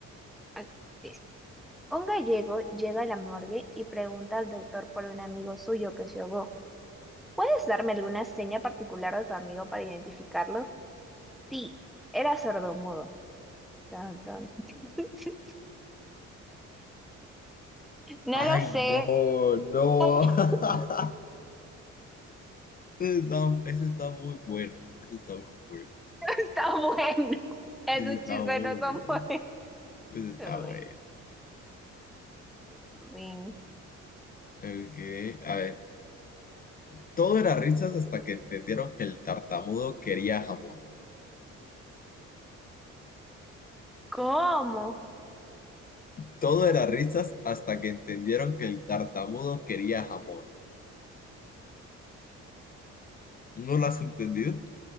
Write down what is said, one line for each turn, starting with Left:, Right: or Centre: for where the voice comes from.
Centre: ok, dice. Un gallego llega a la morgue y pregunta al doctor por un amigo suyo que se ahogó. ¿Puedes darme alguna seña particular de tu amigo para identificarlo? Sí, era sordomudo. Tan, tan. <laughs> No
Left: Ay,
Centre: lo sé.
Left: no, no.
Centre: <laughs>
Left: <laughs> Ese está, ese está muy bueno. Ese está muy bueno.
Centre: Está bueno. Es
Left: Ese
Centre: un
Left: está
Centre: chiste
Left: muy
Centre: no tan
Left: bueno.
Centre: bueno.
Left: Ese está
Centre: Bueno.
Left: bueno.
Centre: bueno.
Left: Ok, a ver, todo era risas hasta que entendieron que el tartamudo quería jamón.
Centre: ¿Cómo?
Left: Todo era risas hasta que entendieron que el tartamudo quería jamón. ¿No lo has entendido?